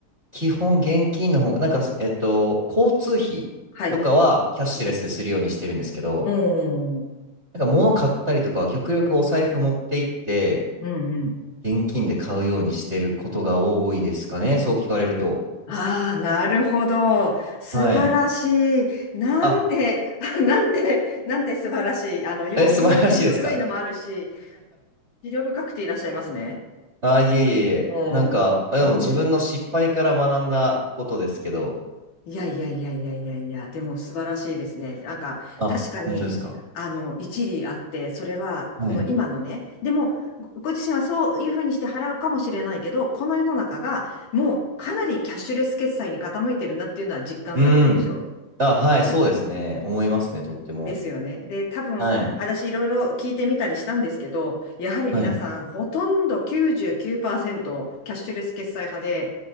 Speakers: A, on the right; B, on the left.
A: 基本現金の方が、なんか、えっと、交通費とかはキャッシュレスでするようにしてるんですけど、
B: はい。うん、うん、うん、
A: なんか物買ったりとかは極力お財布持って行って
B: うん、
A: 現金で買うようにしてることが多いですかね、そう聞かれると。
B: ああ、なるほど。素晴らしい。
A: はい。
B: なんて、
A: あ、
B: <laughs> あなんて、なんて素晴らしい。あの、用用心深いのもあるし、
A: え、素晴らしいですか
B: 思慮深くていらっしゃいますね。
A: あいえいえいえ。
B: うん。
A: なんか、でも自分の失敗から学んだことですけど。
B: うんいやいやいやいやいやいや、でも素晴らしいですね。なんか、
A: あ、
B: 確かに、
A: 本当ですか
B: あの、一理あって、それは、
A: はい。
B: この今のね、でも、ごご自身はそういうふうにして払うかもしれないけど、この世の中が、もうかなりキャッシュレス決済に傾いてるなっていうのは実感されるでしょう。
A: うん。あ、はい、そうですね。思いますね、
B: ですよですよね。
A: とっても。
B: で、多分、
A: はい。
B: 私いろいろ聞いてみたりしたんですけど、やはり皆さん、
A: はい。
B: ほとんど99%キャッシュレス決済派で、